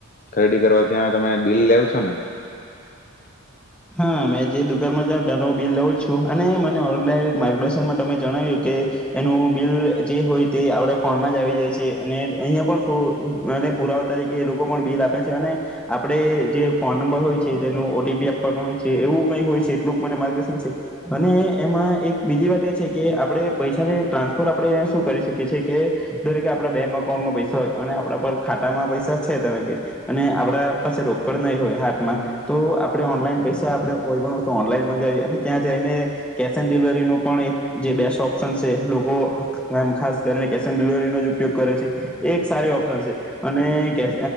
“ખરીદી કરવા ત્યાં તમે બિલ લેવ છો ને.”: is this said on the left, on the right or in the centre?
Left